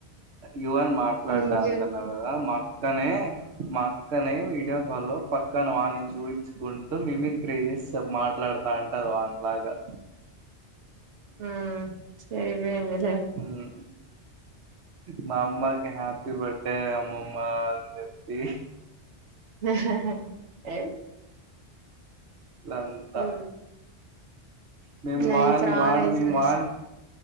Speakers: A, on the right (about 70°); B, on the right (about 90°).
A: యువాన్ మాట్లాడడా
B: ఇంకేంటి
A: అంటన్నావ్ గదా మా అక్కనే మా అక్కనే వీడియో కాల్ లో పక్కన వాని చూపించుకుంటూ మిమిక్రీ మాట్లాడుతా అంటది వానిలాగా
B: ఉ సేమే ఉందిలే
A: ఉమ్ మా అమ్మకి హ్యాపీ బర్డే అమ్మమ్మ అని చెప్పి
B: హహ
A: లలిత
B: మ్మ్
A: మమ్
B: నైస్
A: వన్
B: రా
A: వన్
B: నైస్
A: మమ్
B: నైస్
A: వన్ <unintelligible>